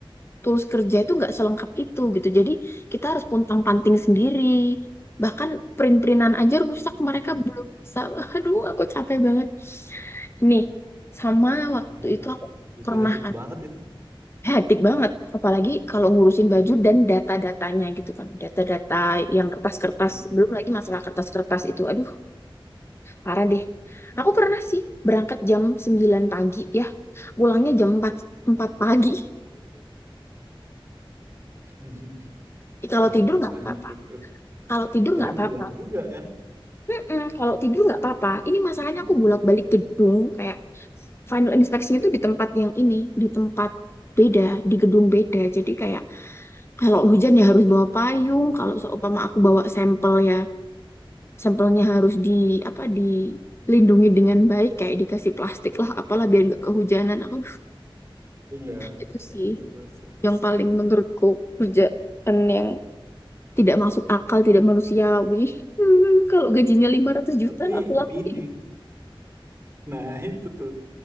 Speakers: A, on the left; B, on the right.
A: tools kerja itu nggak selengkap itu gitu jadi kita harus puntang-panting sendiri bahkan print-printan aja rusak
B: Hmm.
A: mereka belum bisa <laughs> aduh aku capek banget ini sama waktu
B: Iya.
A: itu aku
B: Itu
A: pernah
B: hectic banget itu.
A: hektik banget apalagi kalau ngurusin baju dan
B: Hmm.
A: data-datanya gitu kan data-data yang kertas-kertas
B: Hmm.
A: belum lagi masalah kertas-kertas itu aduh Parah deh.
B: Hmm.
A: Aku pernah sih berangkat jam 9 pagi ya. Pulangnya jam 4 4 pagi.
B: <laughs>
A: Eh, Kalau
B: Keren
A: tidur nggak
B: banget
A: apa-apa.
B: itu.
A: Kalau tidur
B: Tapi
A: nggak apa-apa.
B: pulang juga kan?
A: Mm-mm, Kalau tidur nggak apa-apa. Ini masalahnya
B: Hmm.
A: aku bolak-balik gedung kayak final inspection itu di tempat yang ini, di tempat beda, di gedung beda. Jadi kayak kalau hujan ya harus bawa payung,
B: Hmm.
A: kalau seumpama aku bawa sampel ya, sampelnya harus di apa dilindungi dengan baik kayak dikasih plastik lah apalah biar nggak kehujanan aku
B: Iya.
A: itu sih
B: Nggak basah.
A: yang paling menurutku kerjaan yang tidak masuk akal, tidak manusiawi. <laughs> kalau gajinya 500
B: Tapi
A: juta aku lakuin.
B: gini. Nah itu tuh.